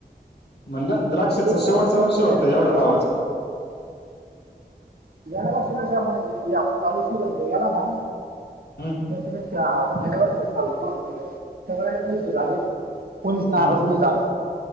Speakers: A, on the left (about 75°); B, on the right (about 60°).
A: म्हणलं द्राक्षचं
B: तेवढं
A: शेवटचं वर्ष
B: गेल्या
A: होतं एवढ्या भावाचं.
B: गेल्या वर्ष <unintelligible> चालू श <unintelligible> गेला ना.
A: हम्म.
B: त्याच्यापेक्षा गेल्या वर्षी चांगलं झालं सगळयला पैसे झाल. कोणीच नाराज
A: हम्म
B: नाही झालं.